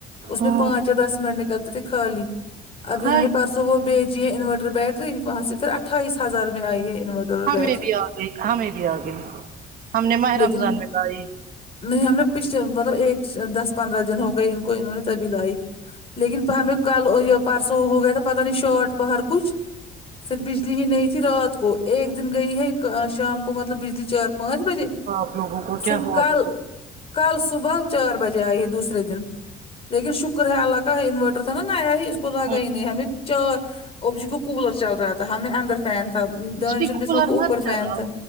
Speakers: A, on the left; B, on the right.
A: اس
B: ہوں
A: میں پانچ یا دس منٹ لگتے تھے خالی اب انھوں
B: ہائی
A: نے پرس تو وہ بیچی ہے انورٹر بیٹری وہاں سے پھر اٹھائیس ہزار میں آئی ہے انورٹر اور
B: ہمیں
A: بیٹری
B: بھی آ گئی ہمیں بھی آ گئی ہم نے ماہ
A: لیکن
B: رمضان میں لائی
A: نہیں ہم نے پچھلے مطلب ایک دس پندرہ دن ہو گئے ان کو انہوں نے تبھی لائی لیکن پر ہمیں کل یہ پرسوں ہو گیا تھا پتہ نہیں شاٹ پہ باہر کچھ پھر بجلی ہی نہیں تھی رات کو ایک دن گئی ہے ک شام کو مطلب بجلی چار پانچ بجے
B: آپ لوگوں کو
A: پھر
B: کیا ہوا
A: کل
B: ہوگا
A: کل صبح چار بجے آئے ہے دوسرے دن لیکن شکر ہے اللہ کا ہے انوورٹر تھا نا نیا ہی اس کو لگاہی
B: ہوں
A: نہیں ہمیں جو اب جی کو کولر چل رہا تھا تو ہمیں اندر فین تھا دانش
B: اس پہ کولر
A: بس میں کو اوپر
B: مت
A: فین
B: چلاؤ
A: تھا